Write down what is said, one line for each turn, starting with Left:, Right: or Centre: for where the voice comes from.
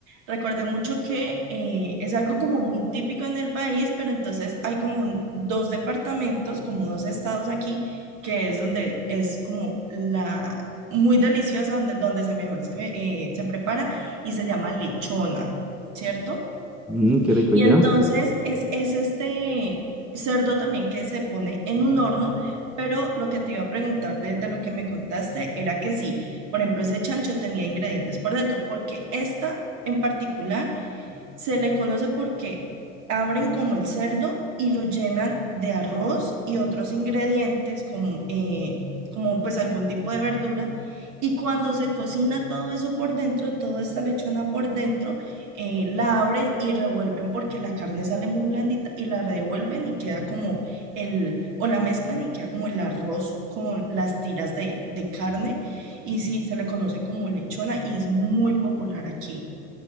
Right: recordé mucho que eh, es algo como muy típico en el país, pero entonces hay como un- dos departamentos, como dos estados aquí, que es donde es como la muy deliciosa, donde, donde se mejor se, eh, se prepara y se llama lechona, ¿cierto?
Centre: Mm, qué rico,
Right: Y
Centre: ¿ya?
Right: entonces es, es este cerdo también que se pone en un horno, pero lo que te iba a preguntar de, de lo que me contaste era que sí, por ejemplo, ese chancho tenía ingredientes por dentro, porque esta en particular se le conoce porque abren como el cerdo y lo llenan de arroz y otros ingredientes como, eh, como pues algún tipo de verdura. Y cuando se cocina todo eso por dentro, toda esta lechona por dentro, eh, la abren y revuelven porque la carne sale muy blandita y la revuelven y queda como el, o la mezclan y queda como el arroz con las tiras de, de carne. Y sí, se le conoce como lechona y es muy popular aquí.